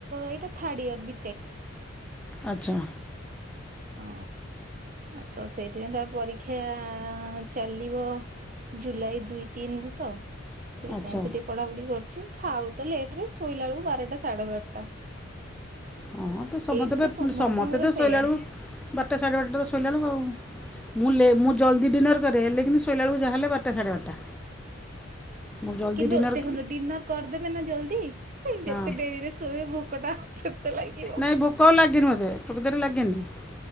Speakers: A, on the right; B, in the centre.
A: ଏଇଟା ଥାର୍ଡ ଇୟର ବିଟେକ୍।
B: ଆଚ୍ଛା।
A: ହଁ ଆଉ ତ ସେଇଥିପାଇଁ ତ ପରୀକ୍ଷା ଚାଲିବ ଜୁଲାଇ ଦୁଇ ତିନି ରୁ ତ ସେଇଥିାଇଁ
B: ଆଚ୍ଛା
A: ସେଠି ପଢାପଢି କରୁଛି ଖାଉ ତ ଲେଟ ରେ ଶୋଇଲା ବେଳକୁ ବାରଟା ସାଢେ ବାରଟା।
B: ହଁ ତ ସମସ୍ତେ
A: ଏଇଠି
B: ପା
A: ତ ସମସ୍ତଙ୍କର
B: ସମସ୍ତେ ତ
A: ସେଇୟା
B: ଶୋଇଲା ବେଳକୁ ବାରଟା ସାଢ଼େ ବାରଟାରେ ତ ଶୋଇଲାବେଳୁକୁ। ମୁଁ ଲେ ମୁଁ ଜଲଦି ଡିନର୍ କରେ ହେଲେ କିନ୍ତୁ ଶୋଇାଲା ବେଳକୁ ଯାହା ହେଲେ ବାର ଟା ସାଢେ ବାରଟା।
A: <inaudible>
B: ମୁଁ ଜଲ୍ଦି
A: କିନ୍ତୁ
B: ଡିନର୍
A: ଦେଖନ୍ତୁ ଡିନର କରିଦେବେ ନା ଜଲ୍ଦି ଯେତେ
B: ହଁ
A: ଡେରିରେ ଶୋଇବେ ଭୋକଟା ସେତେ ଲାଗି
B: ନାଇଁ ଭୋକ ଲାଗିବନି। <unintelligible> <inaudible>